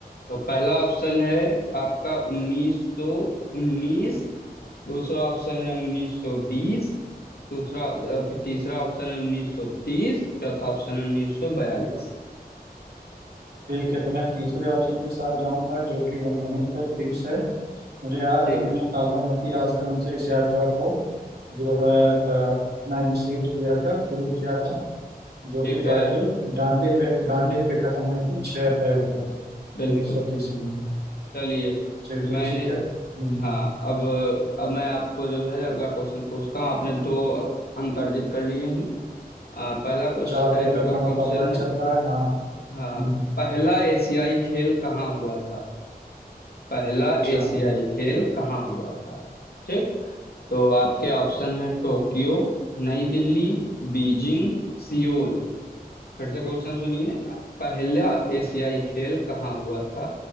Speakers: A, on the left (about 75°); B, on the right (about 85°).
A: तो पहला ऑप्शन है आपका उन्नीस सौ उन्नीस दूसरा ऑप्शन है उन्नीस सौ बीस दूसरा अ, फिर तीसरा ऑप्शन है उन्नीस सौ तीस चौथा ऑप्शन है उन्नीस सौ बयालीस
B: ठीक है तो मैं तीसरे ऑप्शन के साथ जाऊंगा जो कि उन्नीस सौ तीस है मुझे याद है
A: ठीक
B: उन्होंने
A: है
B: साबरमती आश्रम से इस यात्रा को जो है इनिशिएट किया था शुरू किया था जो
A: ठीक
B: कि
A: है
B: जाके डांडे पे डांडे पे खत्म हुई थी छह अप्रैल को
A: बिल्कुल
B: उन्नीस सौ तीस में
A: चलिए
B: चलिए
A: मैं
B: ठीक है हम्म,
A: हाँ अब अब मैं आपको जो है अगला क्वेश्चन पूछता हूँ आपने दो अंक अर्जित कर लिए हैं आ, पहला क्वेश्चन
B: चार दो पे
A: अगला
B: अपना
A: क्वेश्चन
B: मुकाबला
A: है
B: चल रहा है हाँ हम्म,
A: हाँ पहला एशियाई खेल कहाँ हुआ था पहला
B: अच्छा
A: एशियाई खेल कहाँ हुआ था ठीक तो आपके ऑप्शन है Tokyo New Delhi Beijing Seoul फिर से क्वेश्चन सुनिए पहला एशियाई खेल कहाँ हुआ था